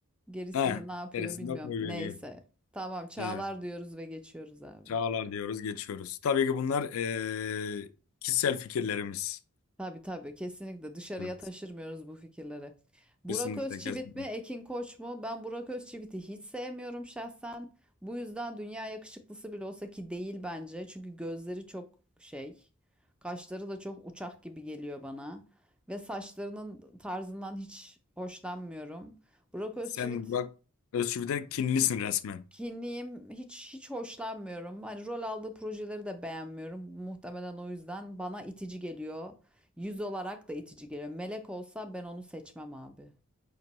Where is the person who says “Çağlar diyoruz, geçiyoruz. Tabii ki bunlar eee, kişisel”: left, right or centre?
Left